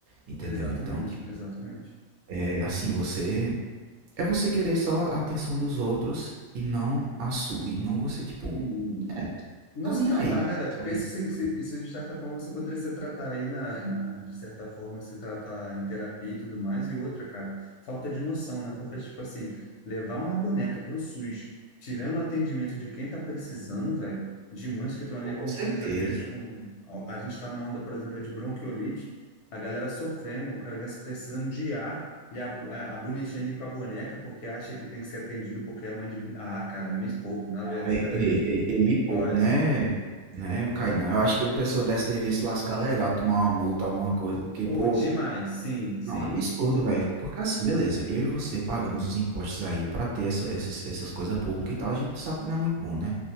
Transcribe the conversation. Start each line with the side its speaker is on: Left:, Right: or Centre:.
Right: Entendeu?
Left: exatamente,
Right: Então, tipo,
Left: exatamente.
Right: é assim, você. É você querer só a atenção dos outros e não a sua e não você, tipo
Left: hum,
Right: é,
Left: não
Right: tá
Left: se
Right: nem
Left: tratar,
Right: aí pra
Left: né,
Right: atenção
Left: velho? Porque
Right: dos
Left: isso, se-
Right: outros.
Left: se- isso, de certa forma, você poderia se tratar aí, na, na- de certa forma, se tratar em terapia e tudo mais. E outra, cara, falta de noção, né? Porque, tipo assim, levar uma boneca pro SUS, tirando o atendimento de quem tá precisando, velho, de mães que estão ali
Right: pô, com
Left: com
Right: certeza.
Left: os filhos, às vezes, com... A, a gente tá numa onda, por exemplo, é de bronquiolite, a galera sofrendo, o cara tá precisando de ar. E a, a, a bonitinha ali com a boneca, porque acha que tem que ser atendido porque é mãe de. Ah, cara, me poupe, na
Right: Não,
Left: verdade,
Right: ei,
Left: sério
Right: ei,
Left: mesmo.
Right: ei, ei, me poupe,
Left: Olha,
Right: né, né, Kainan. Eu acho que o pessoal dessa devia se lascar legal, tomar uma multa, alguma coisa, porque,
Left: oh,
Right: pô
Left: demais, sim, sim,
Right: Não, absurdo,
Left: concordo.
Right: velho. Porque assim, beleza, eu e você pagamos os impostos aí pra ter essa, esses, essas coisas públicas e tal, a gente sabe que não é muito bom, né?